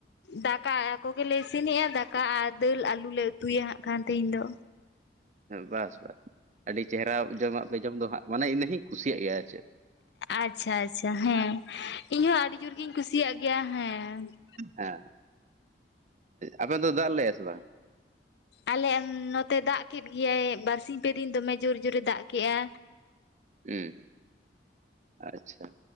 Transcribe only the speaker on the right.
ᱵᱟᱥ-ᱵᱟᱥ, ᱟᱹᱰᱤ ᱪᱮᱦᱨᱟ ᱡᱚᱢᱟᱜ ᱯᱮ, ᱡᱚᱢ ᱫᱚ ᱦᱟᱸᱜ, ᱟᱱᱮ ᱤᱧ ᱦᱟᱸᱜ ᱤᱧ ᱠᱩᱥᱤᱭᱟᱜ ᱜᱮᱭᱟ ᱾ ᱟᱨ ᱪᱮᱫ?
ᱦᱮᱸᱻ, ᱟᱯᱮ <unintelligible> ᱫᱚ ᱫᱟᱜ ᱞᱮᱜᱼᱟ ᱥᱮ ᱵᱟᱝ?
ᱦᱩᱸ ᱟᱪᱷᱟ